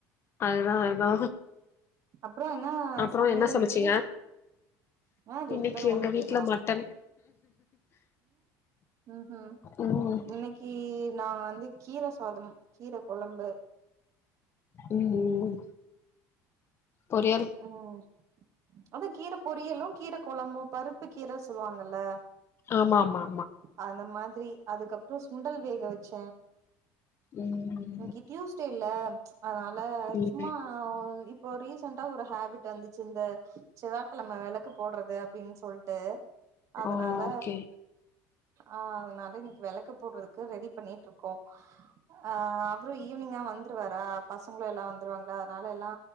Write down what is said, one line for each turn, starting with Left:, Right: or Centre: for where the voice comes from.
Left: அதுதா அதா
Right: அப்றோ என்ன
Left: அப்றோ
Right: சமையல்
Left: என்ன சமச்சீங்க
Right: இன்னைக்கு ஆ ரெண்டு
Left: இன்னக்கி
Right: பேரு ஒன்னே
Left: எங்க வீட்ல
Right: கேக்குறோ
Left: மட்டன்
Right: ம் ம்
Left: ம்
Right: இன்னக்கி நா வந்து கீர சாதம் கீர கொழம்பு
Left: ம் ம் பொரியல்
Right: ம் அதா கீர பொரியலு கீர கொழம்பு பருப்பு கீர சொல்லுவாங்கல்ல
Left: ஆமாமா
Right: அந்த மாதிரி அதுக்கப்றோ சுண்டல் வேக வச்ச
Left: ம்
Right: இன்னிகி டியூஸ்டேல்ல அதனால
Left: ம்
Right: சும்மா ஆ இப்போ ரீசென்டா ஒரு ஹேபிட் வந்திச்சி இந்த செவ்வாகிழம வெளக்கு போட்றது அப்டின் சொல் டு அதனால
Left: ஓகே
Right: ஆ அதனால இன்னிக் வெளக் கு போடறக்கு ரெடி பண்ணிட்டுருக்கோ ஆ அப்றம் ஈவினிங்கா வந்து வந்துருவாரா பசங்களும் எல்லா வந்துருவாங்களா அதனால எல்லா